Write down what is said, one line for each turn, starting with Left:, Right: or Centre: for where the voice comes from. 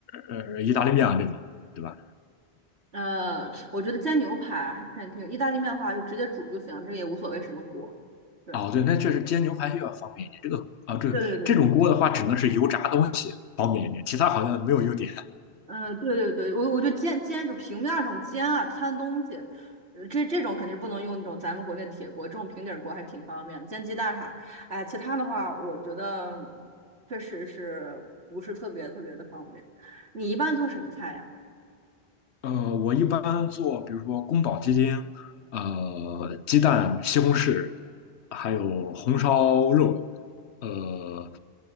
Left: 呃意大利面啊这种，对吧？
Right: 呃，我觉得煎牛排还是看你品，意大利面的话就直接煮就行，这个也无所谓什么锅，对，
Left: 哦，对，那确实煎牛排就要方便一点。这个啊，这这种锅的话，
Right: 对对对对。
Left: 只能是油炸东西方便一点，其他好像没有优点。
Right: 嗯，对对对，我我就煎煎，就平面儿这种煎啊，摊东西，呃这这种肯定是不能用那种咱们国内的铁锅，这种平底儿锅还挺方便的，煎鸡蛋啥，哎，其他的话，我觉得确实是不是特别特别的方便。你一般做什么菜呀？
Left: 呃，我一般做，比如说宫保鸡丁，呃，鸡蛋、西红柿，还有红烧肉。呃，